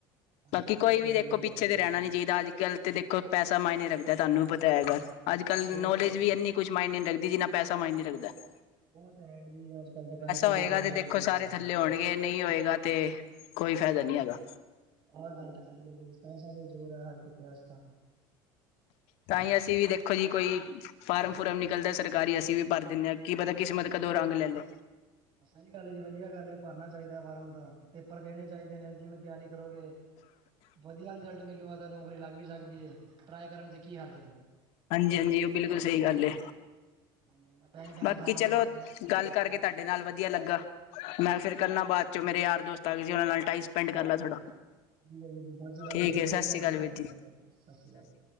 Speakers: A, on the right; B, on the left.
A: ਹਾਂਜੀ
B: ਬਾਕੀ
A: ਹਾਂਜੀ
B: ਕੋਈ
A: ਇਹ ਤੇ
B: ਵੀ
A: ਵਧੀਆ
B: ਦੇਖੋ,
A: ਗੱਲ
B: ਪਿੱਛੇ
A: ਹੈ ਜੀ
B: ਤੇ ਰਹਿਣਾ ਨਹੀਂ ਚਾਹੀਦਾ। ਅੱਜਕਲ ਤੇ ਕੋਲ ਪੈਸਾ, ਮਾਇਨੇ ਰੱਖਦਾ ਐ। ਤੁਹਾਨੂੰ ਪਤਾ ਹੈ, ਇਹ ਗੱਲ। ਅੱਜ ਕੱਲ
A: ਉਹ
B: ਨੌਲੇਜ
A: ਤੇ ਹੈ
B: ਵੀ
A: ਜੀ,
B: ਇਨੀ। ਕੁਛ ਮਾਇਨੇ, ਨਹੀਂ ਲੱਗਦੀ। ਜਿਨਾ ਪੈਸਾ ਮਾਈਨੇ ਰੱਖਦਾ ਹੈ।
A: ਉਹ ਤੇ ਹੈ ਜੀ, ਅੱਜ ਕੱਲ੍ਹ ਤਾਂ ਪੈਸੇ
B: ਹੋਏਗਾ
A: ਦੇ ਜੋਰ
B: ਤੇ
A: ਹੈ।
B: ਦੇਖੋ ਸਾਰੇ
A: ਜਗ੍ਹਾ
B: ਥੱਲੇ,
A: ਚ
B: ਵੜਗੇ ਨਹੀਂ ਹੋਏਗਾ। ਤੇ ਕੋਈ ਫਾਇਦਾ ਨਹੀਂ ਹੈਗਾ।
A: <unintelligible>
B: ਤਾਂ ਹੀ, ਅਸੀਂ ਵੀ, ਦੇਖੋ ਜੀ ਕੋਈ। ਫਾਰਮ- ਫੁਰਮ, ਨਿਕਲਦਾ ਸਰਕਾਰੀ। ਅਸੀਂ ਵੀ ਭਰ ਦਿੰਦੇ ਆ। ਕੀ ਪਤਾ, ਕਿਸਮਤ ਕਦੋਂ ਰੰਗ ਲੈ, ਲੇ।
A: ਸਹੀ ਗੱਲ ਹ ਜੀ। ਵਧੀਆ ਗੱਲ ਹੈ। ਭਰਨਾ ਚਾਹੀਦਾ ਫਾਰਨ ਤਾਂ। ਪੇਪਰ ਦੇਣੇ ਚਾਹੀਦੇ ਨੇ, ਜਿਵੇਂ ਤਿਆਰੀ ਕਰੋਗੇ। ਵਧੀਆ ਰਿਜ਼ਲਟ, ਮਿਲੂਗਾ ਤਾ ਨੌਕਰੀ ਲੱਗ ਵੀ, ਸਕਦੀ ਹੈ। ਟਰਾਈ ਕਰਨ ਤੇ ਕੀ ਹਰਜ ਹੈ।
B: ਹਾਂਜੀ- ਹਾਂਜੀ, ਬਿਲਕੁਲ ਸਹੀ ਗੱਲ ਹੈ।
A: ਹਾਂਜੀ ਮੈਂ ਤਾਂ ਇਹ ਕਹਿਣਾ
B: ਬਾਕੀ
A: ਚਾਹਾਂਗਾ
B: ਚਲੋ।
A: ਤੁਸੀਂ ਆਪਣੀ ਪੜ੍ਹਾਈ
B: ਗੱਲ
A: ਵੱਲ
B: ਕਰਕੇ,
A: ਧਿਆਨ ਦਿਓ।
B: ਤੁਹਾਡੇ ਨਾਲ ਵਧੀਆ ਲੱਗਾ। ਮੈਂ ਫੇਰ ਕਰਨਾ, ਬਾਅਦ ਚੋ ਮੇਰੇ ਯਾਰ, ਦੋਸਤ ਆ ਗਏ ਜੀ। ਉਹਨਾਂ ਨਾਲ, ਟਾਈਮ ਸਪੈਂਡ ਕਰ ਲਾ ਥੋੜਾ।
A: ਹਾਂਜੀ, ਵੀਰ ਜੀ। ਸਤਿ ਸ਼੍ਰੀ ਅਕਾਲ
B: ਠੀਕ
A: ਵੀਰ ਜੀ।
B: ਹੈ ਸਤਿ
A: ਵਧੀਆ ਲੱਗਾ,
B: ਸ਼੍ਰੀ ਅਕਾਲ
A: ਤੁਹਾਡੇ
B: ਵੀਰ
A: ਨਾਲ
B: ਜੀ
A: ਗੱਲ ਕਰਕੇ। ਸਤਿ ਸ਼੍ਰੀ ਅਕਾਲ ਜੀ